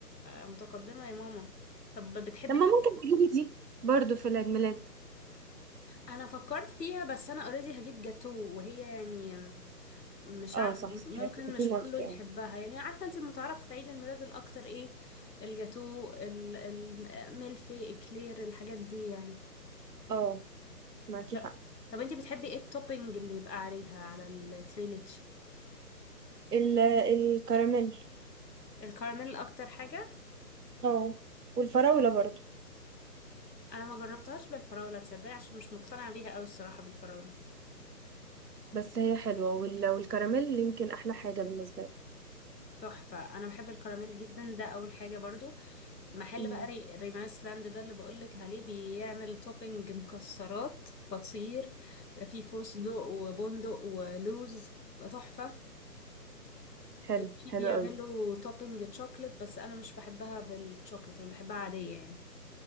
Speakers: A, on the left (about 80°); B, on the right (about 70°).
A: متقدمة يا ماما طب بتحبي
B: طب ما
A: الت-
B: ممكن تجيبي دي برضو في العيد ميلاد
A: أنا فكرت فيها بس أنا اوريدي هجيب جاتو وهي يعني مش
B: اه
A: عارفة
B: صح
A: ممكن
B: صح كنت
A: مش كله
B: مالتي
A: يحبها
B: اه
A: يعني عارفة أنت المتعارف في عيد الميلاد الأكتر إيه الجاتو ال- الملفي إكلير الحاجات دي يعني
B: اه معاكي
A: طب
B: حق
A: طب أنت بتحبي إيه التوبينج اللي يبقى عليها على التريليتش
B: ال- الكراميل
A: الكراميل أكتر حاجة
B: اه والفراولة برضو
A: أنا ما جربتهاش بالفراولة تصدقي عشان مش مقتنعة بيها أوي الصراحة بالفراولة
B: بس هي حلوة وال- والكراميل يمكن أحلى حاجة بالنسبة لي
A: تحفة أنا بحب الكراميل جدا ده أول حاجة برضو محل
B: مم.
A: بقى ري... ريمانس لاند ده اللي بقولك عليه بيعمل توبينج مكسرات خطير في فستق وبندق ولوز بقى تحفة
B: حلو
A: في
B: حلو
A: بيعملوا
B: قوي
A: توبينج تشوكلت بس أنا مش بحبها بالتشوكلت أنا بحبها عادية يعني